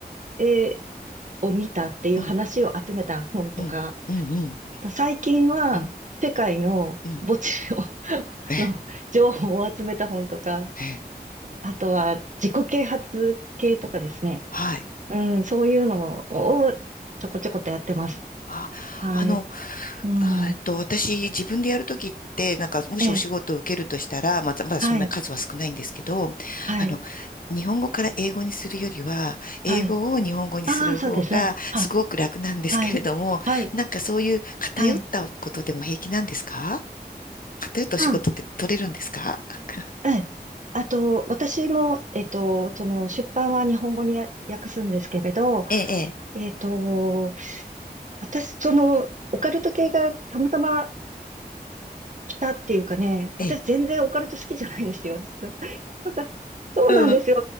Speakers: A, on the right; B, on the left.
A: えーを見たっていう話を集めた本とか、
B: うんうん、うん、うん、
A: と最近は世界の墓地
B: うん、うん。
A: の <laughs>
B: ええ、
A: の情報を集めた本とか、
B: ええ、
A: あとは自己啓発系とかですね。
B: はい。
A: うん、そういうのをちょこちょこっとやってます。
B: あ、
A: はい。
B: あの、
A: うん。
B: あえっと、私、自分でやるときって、なんか、もしお仕事を受けるとしたら、
A: ええ、
B: まだ、まだそんな数は少ないんですけど、
A: はい、はい、
B: あの、日本語から英語にするよりは、
A: はい。
B: 英語を日本語にする方が、
A: ああ、そうですね。は、
B: すごく楽なんですけれども、
A: はい、はい、
B: なんかそういう偏ったことでも平気なんですか
A: はい。
B: 偏ったお仕事って取れるんですか
A: うん、
B: <laughs>
A: ええ。あと、私も、えっと、その、出版は日本語にや訳すんですけれど、
B: ええ、
A: えっと、私、その、オカルト系がたまたま来たっていうかね、
B: <laughs>
A: 私全然オカルト好きじゃないんですよ、
B: ええ、ええ、
A: 実は。<laughs> なんか、そうなんですよ。
B: うん、